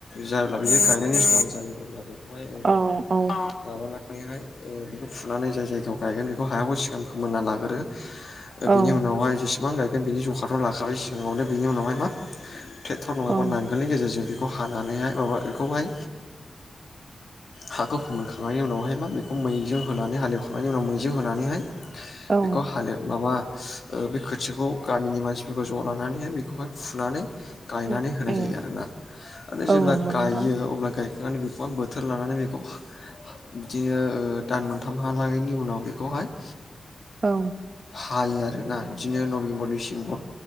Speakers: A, on the left; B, on the right.
A: जायोब्ला बिदि गायनायनि समां जायो अब्ला बेखौहायाब
B: औ औ
A: हाय बेखौ फुनानै जाय जायगायाव गायगोन बेखौ हायाखौ सिगां फोमोनना लाग्रो बिनि
B: औ
A: उनावहाय जेसेबां गायगोन बिनि जखााथ' लाखाबाय सिगाङावनो बिनि उनावहाय मा ट्रेक्टर नङाबा
B: औ
A: नांगोलनि गेजेरजों बेखौ हानानैहाय माबा बेखौहाय हाखौ फोमोनखांनायनि उनावहाय बा बेखौ मैजों होनानै हालेवखांनायनि उनाव मैजों होनानैहाय
B: औ
A: बेखौ हाले माबा बे खोथियाखौ गामिनि मानसिफोरखौ ज' लानानैहाय बेखौहाय फुनानै गायनानै
B: उम
A: होनाय
B: उम
A: जायो आरोोना म
B: औ
A: जेब्ला
B: नंगौ
A: गायो
B: नोंथां
A: अब्ला नानै बेखौ बोथोर लानानै बेखौ बिदिनो दान मोनथामहालागैनि उनाव बेखौहाय
B: औ
A: हायो आरोना बिदिनो नभेम्बर डिसेम्बर